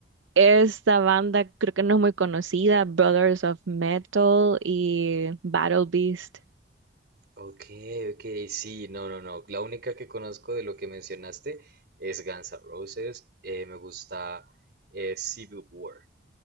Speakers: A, on the right; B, on the right.
A: esta banda creo que no es muy conocida, Brothers of Metal y Battle Beast.
B: Ok, ok, sí, no, no, no. La única que conozco de lo que mencionaste es Guns N' Roses. eh, me gusta eh, Civil War.